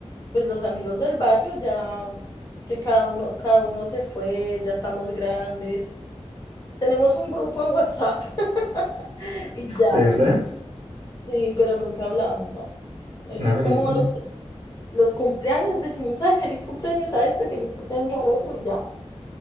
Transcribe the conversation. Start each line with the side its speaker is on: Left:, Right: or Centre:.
Left: pues los amigos del barrio ya que cada uno, cada uno se fue, ya estamos grandes. Tenemos un grupo en WhatsApp <laughs> y ya,
Right: <laughs> ¿De verdad?
Left: sí, pero nunca hablamos, no. Eso
Right: No,
Left: es como
Right: yo con,
Left: los, los cumpleaños, decimos, ay, feliz cumpleaños a este, feliz cumpleaños al otro y ya.